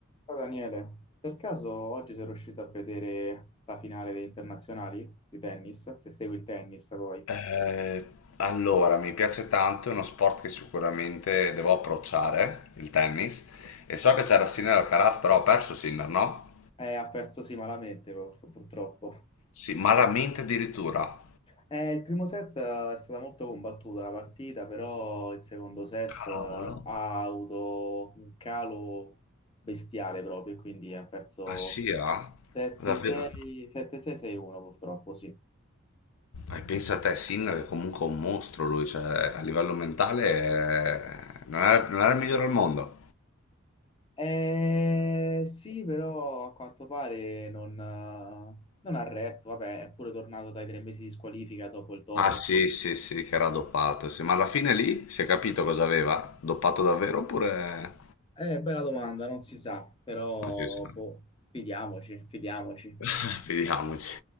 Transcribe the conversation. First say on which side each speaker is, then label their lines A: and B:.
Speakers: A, on the left (about 25°); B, on the left (about 80°).
A: Ciao Daniele, per caso oggi sei riuscito a vedere la finale dei internazionali di tennis? Se segui il tennis poi.
B: Eh, allora, mi piace tanto, è uno sport che sicuramente devo approcciare, il tennis. E so che c'era Sinner Alcaraz, però ho perso Sinner, no?
A: Eh, ha perso sì malamente pur- purtroppo.
B: Sì, malamente addirittura.
A: Eh, il primo set eh, è stata molto combattuta la partita, però il secondo set
B: Cavolo.
A: eh, ha avuto un calo bestiale proprio, e quindi ha perso
B: Ah sì, ah?
A: 7-6,
B: Davvero?
A: 7-6, 6-1 purtroppo, sì.
B: Eh, pensa a te, Sinner è comunque un mostro lui, cioè a livello mentale eh, non era, non era il migliore al mondo.
A: Eh, sì, però a quanto pare non, eh, non ha retto. Vabbè, è pure tornato dai tre mesi di squalifica dopo il doping.
B: Ah sì,
A: quindi-
B: sì, sì, che era doppato, sì. Ma alla fine lì si è capito cosa aveva? Doppato davvero oppure...
A: Eh, bella domanda, non si sa, però
B: Non si sa.
A: boh, fidiamoci, fidiamoci.
B: <laughs> Vediamoci.